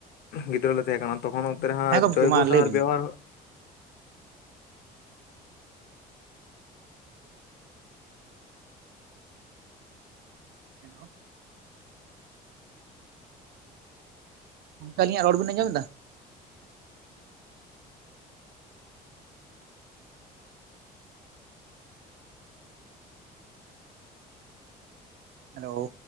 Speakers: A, on the left (about 70°); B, on the right (about 70°).
A: ᱜᱤᱫᱽᱨᱟᱹ ᱞᱮ ᱛᱟᱦᱮᱸ ᱠᱟᱱᱟ ᱛᱚᱠᱷᱚᱱ ᱚᱱᱛᱮ ᱨᱮ ᱦᱟᱸ
B: ᱦᱮᱸ ᱜᱚᱢᱠᱮ
A: ᱡᱚᱭᱵᱚ
B: ᱢᱟ
A: ᱥᱟᱨ
B: ᱞᱟᱹᱭ ᱵᱤᱱ
A: ᱵᱮᱣᱦᱟᱨ
B: ᱦᱮᱞᱳ ᱾ ᱜᱚᱢᱠᱮ ᱟᱹᱞᱤᱧᱟᱜ ᱨᱚᱲ ᱵᱮᱱ ᱟᱸᱡᱚᱢ ᱮᱫᱟ? ᱦᱮᱞᱳ ᱾